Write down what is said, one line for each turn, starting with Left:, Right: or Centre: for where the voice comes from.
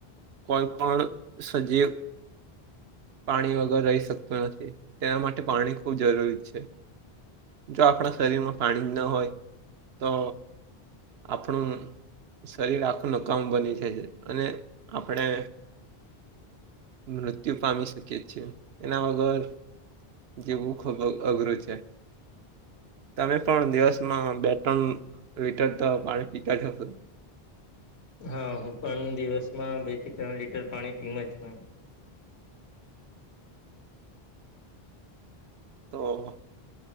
Right: કોઈ પણણ સજીવ. પાણી વગર રહી શકતું નથી તેના માટે પાણી ખૂબ જરૂરી છે. જો આપણા શરીરમાં પાણી ન હોય તો. આપણું. શરીર આખું ન કામ બની છે અને આપણે. મૃત્યુ પામીશ. શકી છે એના વગર જીવવું ખૂબ અઘરું છે. તમે પણ દિવસમાં બે ત્રણ લીટર તો પાણી પીતા હશો.
Left: હા હું પણ દિવસમાં બે થી ત્રણ લીટર પાણી પીમ જ છ.
Right: તો.